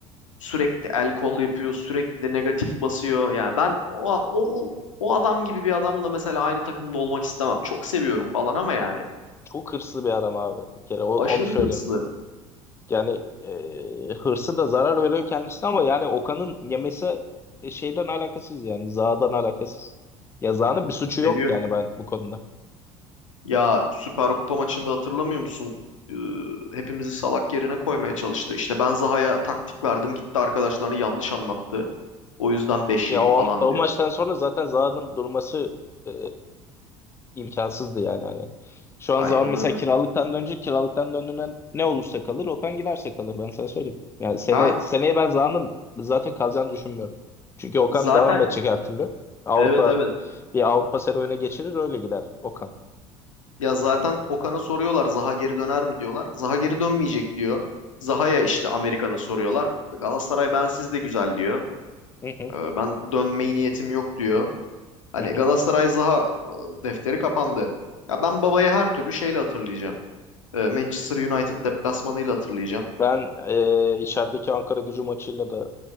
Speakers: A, on the left (about 80°); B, on the left (about 15°).
A: Sürekli el kol yapıyor, sürekli negatif basıyor. Yani ben o, o, o, o adam gibi bir adamla mesela aynı takımda olmak istemem. Çok seviyorum falan ama yani
B: Çok hırslı bir adam abi. Bir kere o-
A: aşırı
B: onu söyleyeyim.
A: hırslı.
B: Yani e, hırsı da zarar veriyor kendisine ama yani Okan'ın yemesi e, şeyden alakasız yani. Zaha'dan alakasız. Ya Zaha'nın bir suçu
A: Seviyor.
B: yok yani ben bu konuda.
A: Ya Süper Kupa maçında hatırlamıyor musun? Ee, hepimizi salak yerine koymaya çalıştı. İşte ben Zaha'ya taktik verdim, gitti arkadaşlarını yanlış anlattı. O yüzden 5
B: Ya
A: yedik
B: o,
A: falan
B: o
A: diyor.
B: maçtan sonra zaten Zaha'nın durması e, imkansızdı yani hani. Şu
A: Aynen
B: an Zaha mesela
A: öyle.
B: kiralıktan dönecek. Kiralıktan döndüğünden ne olursa kalır. Okan giderse kalır ben sana söyleyeyim. Yani sene,
A: Ha
B: seneye ben Zaha'nın zaten kalacağını düşünmüyorum. Çünkü Okan
A: zaten
B: devam edecek her türlü. Avrupa
A: evet evet
B: bir Avrupa serüvene geçirir öyle gider Okan.
A: Ya zaten Okan'a soruyorlar Zaha geri döner mi diyorlar. Zaha geri dönmeyecek diyor. Zaha'ya işte Amerika'da soruyorlar. Galatasaray bensiz de güzel diyor.
B: Hı hı,
A: Ee, Ben dönmeyi niyetim yok diyor. Hani
B: hı hı.
A: Galatasaray Zaha e, defteri kapandı. Ya ben babayı her türlü şeyle hatırlayacağım. Ee, Manchester United deplasmanıyla hatırlayacağım.
B: Ben e, içerideki Ankara Gücü maçıyla da